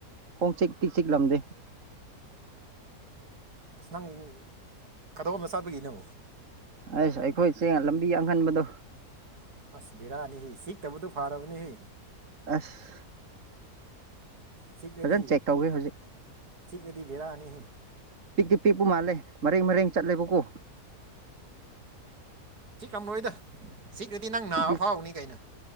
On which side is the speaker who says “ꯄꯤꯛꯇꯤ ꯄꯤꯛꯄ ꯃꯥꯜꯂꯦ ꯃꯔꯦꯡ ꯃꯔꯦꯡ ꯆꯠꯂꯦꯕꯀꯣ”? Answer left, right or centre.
Right